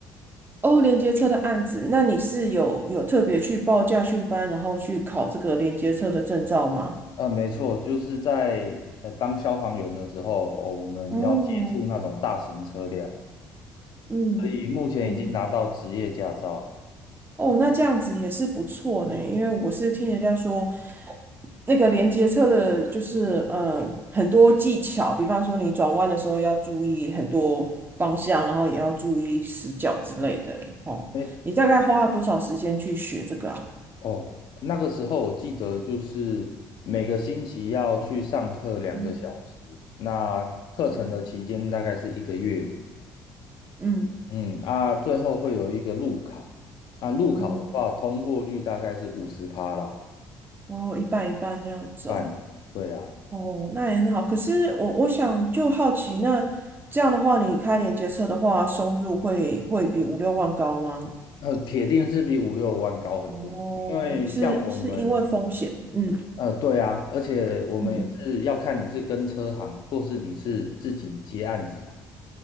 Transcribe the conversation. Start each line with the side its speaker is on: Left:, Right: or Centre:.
Right: 哦，连接车的案子，那你是有有特别去报驾训班，然后去考这个连接车的证照吗？
Left: 呃，没错，就是在呃当消防员的时候，哦，我们要接触那种大型车辆。
Right: 哦，嗯。
Left: 所以目前已经拿到职业驾照了。
Right: 嗯哦，那这样子也是不错呢，因为我是听人家说，那个连接车的，就是嗯，很多技巧，比方说你转弯的时候要注意很多方向，然后也要注意死角之类的。哦，
Left: 哎，
Right: 你大概花了多少时间去学这个啊？
Left: 哦，那个时候我记得就是每个星期要去上课两个小时，
Right: 嗯
Left: 那课程的期间大概是一个月。
Right: 嗯嗯
Left: 嗯啊，最后会有一个路考啊，路考的话通过率大概是五十趴啦，
Right: 嗯，然后一半一半这样走。
Left: 半，对啊，
Right: 哦。哦，那也很好。可是我我想就好奇，那这样的话，你开连接车的话，收入会会比五六万高吗？
Left: 呃，铁定是比五六万高很多，
Right: 哦，
Left: 因为像我们。
Right: 是是因为风险，嗯
Left: 呃，对啊，而且我们也是要看你是跟车行，
Right: 嗯嗯，
Left: 或是你是自己接案子啦。